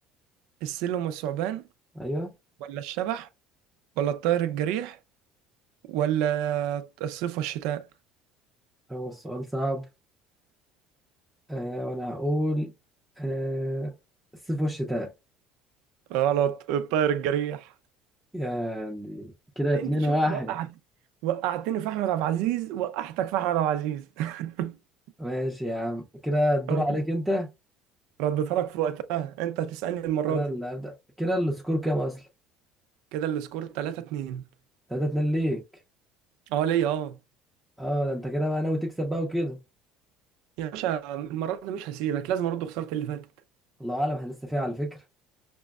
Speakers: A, on the right (about 75°); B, in the centre.
A: السلم والثعبان
B: ايوه
A: ولا الشبح ولا الطائر الجريح ولا الصيف والشتاء
B: هو السؤال صعب أه... وانا هقول أه... الصيف والشتاء
A: غلط الطائر الجريح
B: يعني كده اتنين
A: انت شوف
B: واحد
A: وقعت وقعتني في احمد عبد العزيز وقعتك في احمد عبد العزيز <laughs>
B: ماشي يا عم كده الدور
A: رد-
B: عليك انت
A: رديتها لك في وقتها انت هتسألني المرة
B: انا
A: دي
B: اللي هبدأ كده السكور كام اصلا
A: كده السكور 3 2
B: تلاتة اتنين ليك
A: اه ليا اه
B: اه ده انت كده بقى ناوي تكسب بقى وكده
A: يا باشا المرة دي مش هسيبك لازم ارد خسارة اللي فاتت
B: الله اعلم احنا لسه فيها على فكرة